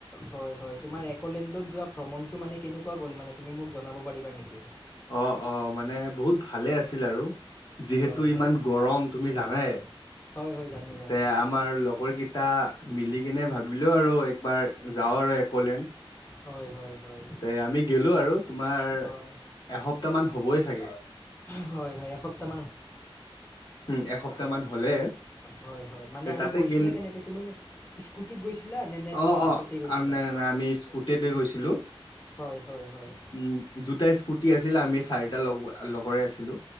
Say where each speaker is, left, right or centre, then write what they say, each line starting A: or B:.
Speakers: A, on the left; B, on the left.
A: হয় হয় তোমাৰ এক'লেণ্ডত যোৱা ভ্ৰমণটো মানে কেনেকুৱা গ'ল মানে তুমি মোক জনাব পাৰিবা নেকি
B: অ অ মানে বহুত ভালে আছিল আৰু যিহেতু
A: হয় হয়
B: ইমান গৰম তুমি জানাই
A: হয় হয় জানো জানো
B: তে আমাৰ লগৰ কেইটা মিলি কেনে ভাবিলো আৰু একবাৰ যাও আৰু একলেন
A: হয় হয় হয়
B: তে আমি গেলো আৰু তোমাৰ
A: হয়
B: এসপ্তাহ মান হ'বই চাগে
A: হয় হয় এসপ্তাহ
B: উম এসপ্তাহ মান হলে
A: হয় হয় মানে
B: তে
A: আৰু
B: তাতে
A: গৈছিলা
B: গেল
A: কেনেকে তুমি স্কুটিত গৈছিলা নে নে
B: অ',
A: তুমি বাছতে
B: অ',
A: গৈছিলা
B: আম নাই আমি স্কুটিতে গৈছিলো।
A: হয় হয় হয়
B: উম দুটা স্কুটি আছিল আমি চাৰিটা লগৰে আছিলো।